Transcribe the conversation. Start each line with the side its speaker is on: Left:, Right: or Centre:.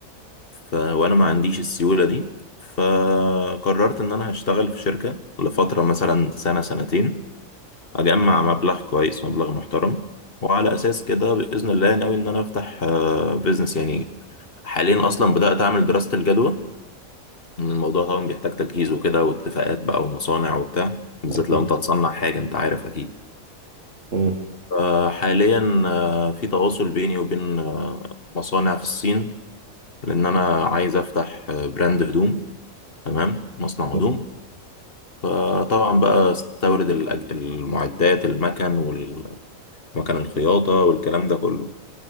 Left: ف... وانا ما عنديش السيوله دي فقررت ان انا هشتغل في شركه لفتره مثلا سنه سنتين اجمع مبلغ كويس مبلغ محترم وعلى اساس كده باذن الله ناوي ان انا افتح آه، بيزنس يعني حاليا اصلا بدات اعمل دراسه الجدوى إن الموضوع طبعا بيحتاج تجهيز وكده واتفاقات بقى ومصانع وبتاع بالذات
Right: أكيد
Left: لو انت هتصنع حاجه انت عارف اكيد
Right: امم
Left: فحاليا آه، في تواصل بيني وبين آه، مصانع في الصين لان انا عايز افتح آه، براند هدوم تمام مصنع
Right: امم.
Left: هدوم فطبعا بقى استورد الأج- المعدات المكن والمكن الخياطة والكلام ده كله